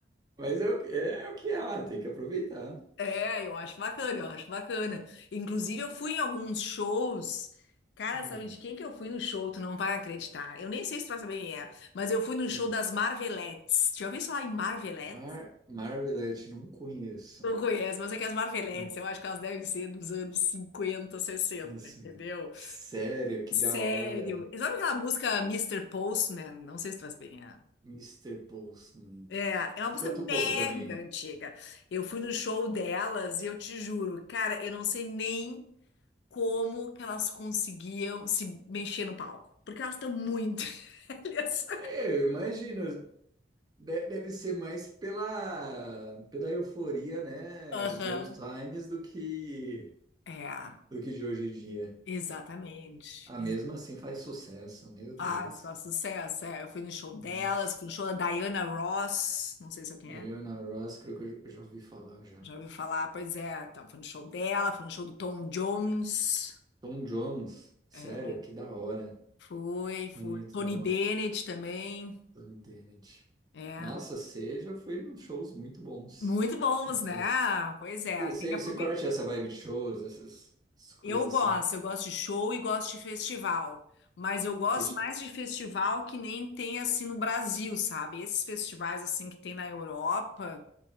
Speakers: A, on the right (about 25°); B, on the left (about 75°).
A: Mas é o que é, o que é lá, tem que aproveitar.
B: É, eu acho bacana, eu acho bacana. Inclusive, eu fui em alguns shows. Cara,
A: Hum,
B: sabe de quem que eu fui no show? Tu não vai acreditar. Eu nem sei se tu vai saber quem é, mas eu fui no show
A: hum.
B: das Marvelettes. Já ouviu falar em Marvelettes?
A: Mar Marvelette, não conheço.
B: Não conhece, mas é que as Marvelettes,
A: Hum,
B: eu acho que elas devem ser dos anos 50, 60,
A: Assim,
B: entendeu?
A: sério, que
B: Sério.
A: da hora.
B: E sabe aquela música Mr. Postman? Não sei se tu faz bem. a-
A: Mister Postman.
B: É, é é uma música
A: Canta
B: mega
A: um pouco pra mim.
B: antiga. Eu fui no show delas e eu te juro, cara, eu não sei nem como que elas conseguiam se mexer no palco. Porque elas estão muito <laughs> velhas.
A: É, eu imagino. de- Deve ser mais pela, pela euforia, né,
B: Aham.
A: de old times do que,
B: É,
A: do que de hoje em dia.
B: exatamente.
A: a mesma assim faz sucesso, meu
B: Ah,
A: Deus.
B: só sucesso, é. Eu fui no show delas,
A: Nossa.
B: fui no show da Diana Ross, não sei se é quem
A: Diana
B: é,
A: Ross, creio que eu já ouvi falar já.
B: já ouviu falar, pois é, então, fui no show dela, fui no show do Tom Jones,
A: Tom Jones, sério,
B: é,
A: que da hora.
B: fui, fui,
A: Muito
B: Tony
A: bom,
B: Bennett também,
A: Tony Bennett.
B: é,
A: Nossa, você já foi nos shows muito bons.
B: muito bons,
A: Muito
B: né?
A: bons.
B: Pois é,
A: Você, você
B: tem que aproveitar.
A: você curte essa vibe de shows, essas essas coisas
B: Eu gosto,
A: assim,
B: eu gosto de show e gosto de festival, mas eu gosto
A: festival.
B: mais de festival que nem tem assim no Brasil, sabe? Esses festivais assim que tem na Europa,